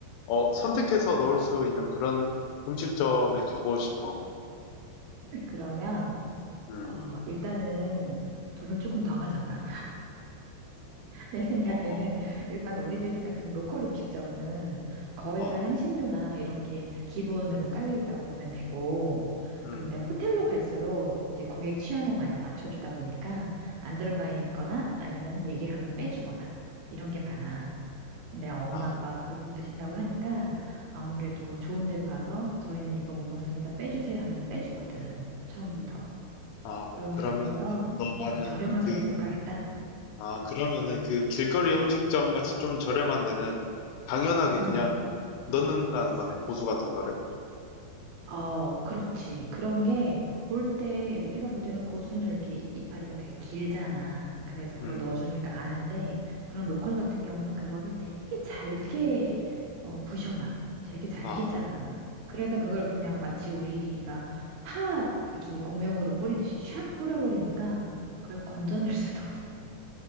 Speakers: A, on the left (about 80°); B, on the right (about 75°).
A: 어, 선택해서 넣을 수 있는 그런 음식점에 가고 싶어.
B: 그러면
A: 음.
B: 어, 일단은 돈을 조금 더 가져가. 내 생각에는
A: 어,
B: 일반 우리들이 생각하는 로컬 음식점은 거의
A: 어,
B: 다 향신료나 이런 게 기본으로 깔려 있다고 보면 되고,
A: 음.
B: 근데 호텔로 갈수록 이제 고객 취향을 많이 맞춰주다 보니까 안 들어가 있거나 아니면은 얘기를 하면 빼주거나 이런 게 많아. 근데 엄마
A: 아,
B: 아빠가 그걸 못 드신다고 하니까 아무래도 좋은 데로 가서 저희는 이거 못 먹습니다. 빼주세요 하면은 빼주거든. 처음부터.
A: 음. 아,
B: 그런
A: 그러면
B: 게 있어서
A: 너 말은
B: 어, 저렴하게는
A: 그,
B: 못 가겠다.
A: 아, 그러면은 그 길거리 음식점 같이 좀 저렴한 데는 당연하게
B: 음.
A: 그냥 넣는다는 거네, 고수 같은 거를.
B: 어, 그렇지. 그런 게 볼 때, 우리가 볼 때는 고수는 이렇게 이파리가 되게 길잖아. 그래서 그걸
A: 음.
B: 넣어주니까 아는데, 그런 로컬 같은 경우는 그거를 되게 잘게 어, 부셔놔. 되게 잘게
A: 아,
B: 잘라놔. 그래서 그걸 그냥 마치 우리가 파, 이렇게 고명으로 뿌리듯이 샥 뿌려버리니까 그걸 건져낼 <laughs> 수도 없어.